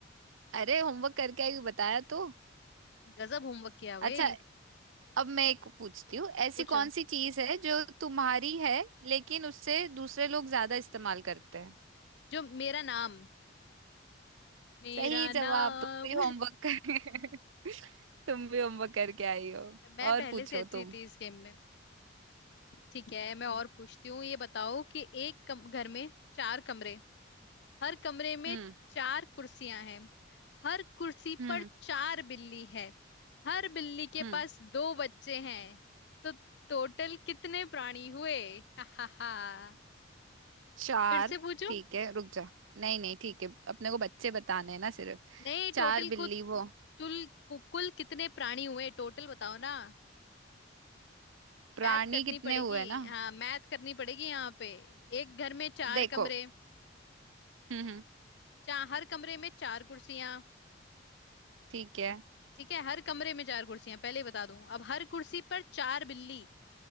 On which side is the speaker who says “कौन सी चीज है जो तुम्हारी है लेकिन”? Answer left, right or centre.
Right